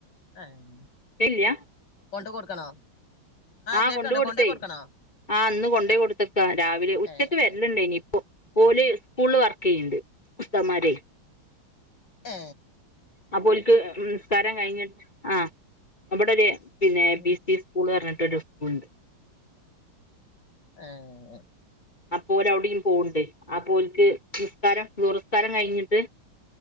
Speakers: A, on the left; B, on the left.
A: ആഹ്
B: ഇല്ല്യ
A: കൊണ്ടെ കൊടുക്കണോ
B: ആഹ്
A: കേൾക്കണ്ട്
B: കൊണ്ട് കൊടുത്തേ
A: കൊണ്ടോയി കൊടുക്കണോ
B: ആ ഇന്ന് കൊണ്ട് പോയി കൊടുത്തേക്കാ രാവിലെ ഉച്ചക്ക്
A: ഏഹ്
B: വര ലില്ല ഇനിയിപ്പോ ഓല് സ്കൂളില് വർക്ക് ചെയ്യണ്ട് ഉസ്തൻന്മാരെ
A: ഏ
B: അപ്പോ ഓൽക്ക് നിസ്കാരം കഴിഞ്ഞിട്ട് ആഹ് ഇവിടൊരു പിന്നെ പി
A: ഉം
B: സി സ്കൂള് പറഞ്ഞിട്ടൊരു സ്കൂളുണ്ട്
A: ആഹ്
B: അപ്പോ ഓല് അവിടെയും പോണ്ട് അപ്പോ ഓൽക്ക് നിസ്കാരം <unintelligible> നിസ്കാരം കഴിഞ്ഞിട്ട്